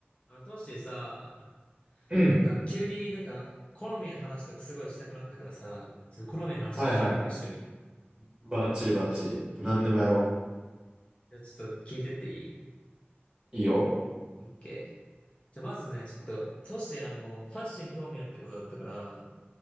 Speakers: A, on the left; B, on the right.
A: あの、トッシーさ、
B: うん。
A: なんか急になんか好みの話とかすごいしたくなったからさ、ちょっと好みの話しようよ、
B: はいはい。
A: 一緒に。
B: バッチリバッチリ。何でもやろ
A: じゃあちょっと聞いてっていい
B: う。いいよ。
A: オッケー。じゃあまずね、ちょっと、トッシーあの、ファッションに興味あるってことだったから、